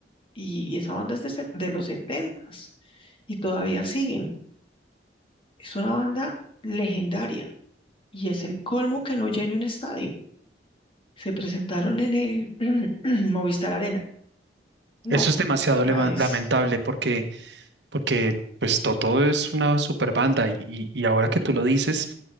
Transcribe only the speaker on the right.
eso es demasiado
lema-
lamentable porque porque pues Toto es una super banda y, y- y ahora que tú lo dices,